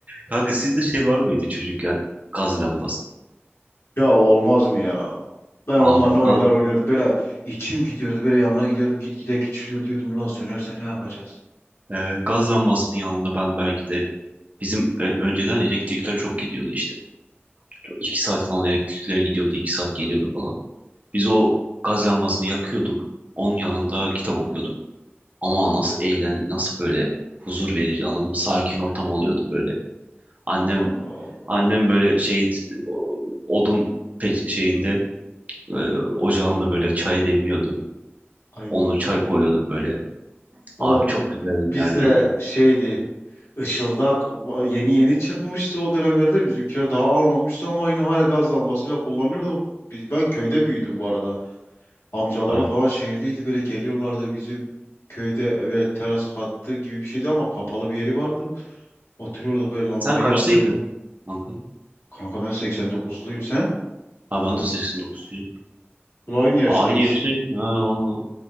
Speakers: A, on the right; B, on the left.
A: Kanka sizde şey var mıydı çocukken? Gaz lambası.
B: Ya olmaz mı ya? Ben onunla
A: Abi
B: ne oyunlar
A: ga-
B: oynuyordum. Böyle içim gidiyordu. Böyle yanına gidiyordum. Gitgide küçülüyor diyordum. Lan sönerse ne yapacağız?
A: e, gaz lambasının yanında ben belki de bizim e, önceden elektrikler çok gidiyordu işte. İki saat falan elektrikler gidiyordu, iki saat geliyordu falan. Biz o gaz lambasını yakıyorduk. Onun yanında kitap okuyorduk. Ama nasıl eğlen, nasıl böyle huzur verici anladım. Sakin ortam oluyordu böyle. Annem
B: Kanka Allah Allah.
A: annem böyle şey o- odun pe- şeyinde e, ocağında böyle çay demliyordu.
B: Ay.
A: Onu çay koyuyorduk böyle.
B: Valla
A: Abi çok
B: bi-
A: güzel günlerdi
B: biz de
A: ya.
B: şeydi. Işıldak ba- yeni yeni çıkmıştı o dönemlerde. Bizimkiler daha almamıştı ama yine hala gaz lambasıyla kullanıyorduk. Biz, ben köyde büyüdüm bu arada. amcalarım
A: Abi,
B: falan şehirdeydi böyle geliyorlardı bizim köyde eve teras kattı gibi bir şeydi ama kapalı bir yeri vardı. Oturuyorduk böyle lambayı
A: sen kaçtaydın
B: yakıyordu.
A: kanka?
B: Kanka ben 89'luyum sen?
A: Ha ben de 89'luyum.
B: Bu aynı yaştayız.
A: Aa, Aynı yaştayım. Ha vallahi.